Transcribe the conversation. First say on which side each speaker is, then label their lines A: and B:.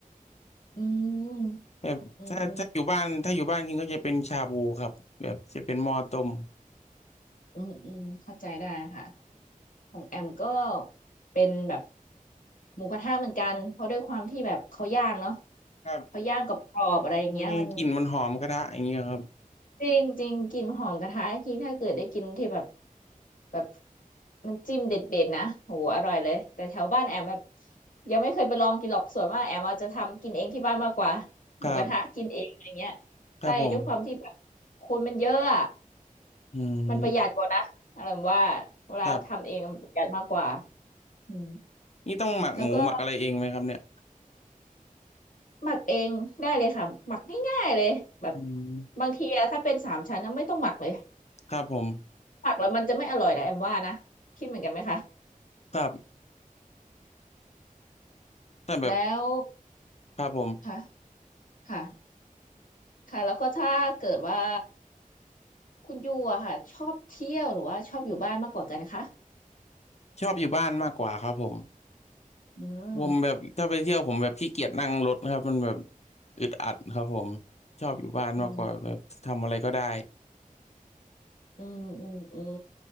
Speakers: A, on the left; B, on the left.
A: อืม
B: แบบถ้าถ้าอยู่บ้านถ้าอยู่บ้านกินก็จะเป็นชาบูครับแบบจะเป็นหม้อต้ม
A: อืมอืมอืมอืมเข้าใจได้ค่ะของแอมก็เป็นแบบหมูกระทะเหมือนกันเพราะด้วยความที่แบบเขาย่างเนาะ
B: ครับ
A: เขาย่างกรอบๆอะไรอย่างเงี้ยมัน
B: มันกลิ่นมันหอมกระทะอย่างเงี้ยครับ
A: จริงจริงกลิ่นหอมกระทะจริงถ้าเกิดได้กินที่แบบแบบมันจิ้มเด็ดๆนะโหอร่อยเลยแต่แถวบ้านแอมแบบยังไม่เคยไปลองกินหรอกส่วนมากแอมอาจจะทำกินเองที่บ้านมากกว่าหมูกระทะกินเองอะไรเงี้ย
B: ครับครับผม
A: ใช่ด้วยความที่แบบคนมันเยอะอะ
B: อืม
A: มันประหยัดกว่านะอะไรว่าเวลาทำเองมันประหยัดมากกว่า
B: ครับ
A: อืม
B: นี่ต้องหมักหมูหมักอะไรเองไหมครับเนี่ย
A: แล้วก็หมักเองได้เลยค่ะหมักง่ายๆเลยแบบ
B: อืม
A: บางทีอะถ้าเป็นสามชั้นนะไม่ต้องหมักเลย
B: ครับผม
A: ผักแล้วมันจะไม่อร่อยนะแอมว่านะคิดเหมือนกันไหมคะ
B: ครับแต่แบบ
A: แล้ว
B: ครับผม
A: ค่ะค่ะค่ะแล้วก็ถ้าเกิดว่าคุณยูอะค่ะชอบเที่ยวหรือว่าชอบอยู่บ้านมากกว่ากันคะ
B: ชอบอยู่บ้านมากกว่าครับผม
A: อืม
B: ผมแบบถ้าไปเที่ยวผมแบบขี้เกียจนั่งรถครับมันแบบอึดอัดครับผมชอบอยู่บ้านมากกว่าแบบทำอะไรก็ได้
A: อืมอืมอืมอืม